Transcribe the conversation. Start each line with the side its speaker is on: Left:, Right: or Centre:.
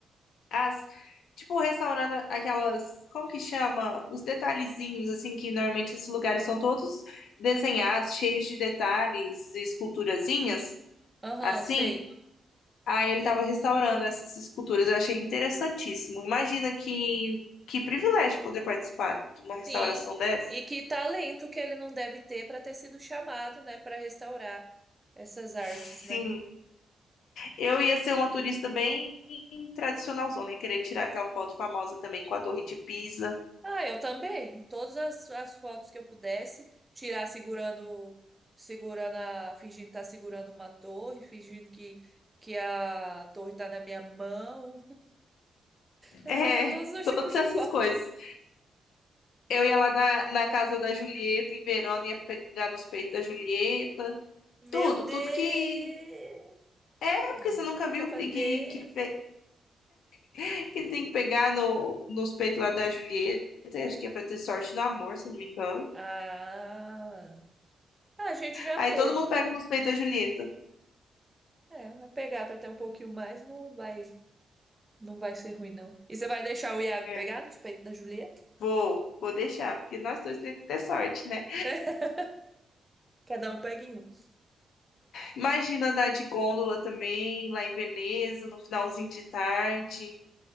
Left: as, tipo, restaurando aquelas, como que chama? Os detalhezinhos, assim, que normalmente esses lugares são todos desenhados, cheios de detalhes e esculturazinhas,
Right: Aham,
Left: assim.
Right: sei.
Left: Aí ele tava restaurando essas esculturas. Eu achei interessantíssimo. Imagina que, que privilégio poder participar de uma restauração
Right: Sim.
Left: dessa.
Right: E que talento que ele não deve ter para ter sido chamado, né, para restaurar essas artes,
Left: Sim.
Right: né?
Left: Eu ia ser uma turista bem tradicionalzona e querer tirar aquela foto famosa também com a Torre de Pisa.
Right: Ah, eu também. Todas as, as fotos que eu pudesse tirar segurando, segurando a, fingindo estar segurando uma torre, fingindo que, que a torre tá na minha mão. <laughs> Eu
Left: É,
Right: fazer todos os
Left: todas
Right: tipos de
Left: essas
Right: foto.
Left: coisas. Eu ia lá na, na casa da Julieta, em Verona, ia pegar nos peitos da Julieta.
Right: Meu
Left: Tudo,
Right: Deus,
Left: tudo que. É porque você nunca
Right: que safadeza.
Left: viu que tem que, que, pe- <laughs> que tem que pegar no, nos peitos lá da Julieta. Acho que é pra ter sorte no amor, se eu não me engano.
Right: Ah, a gente já
Left: Aí
Right: teve.
Left: todo mundo pega nos peitos da Julieta.
Right: É, vai pegar para ter um pouquinho mais, não vai, não vai ser ruim, não. E você vai deixar o Iago
Left: É.
Right: pegar nos peitos da Julieta?
Left: Vou, vou deixar, porque nós dois temos que ter sorte, né?
Right: <laughs> Cada um pega em um.
Left: Imagina andar de gôndola também, lá em Veneza, no finalzinho de tarde.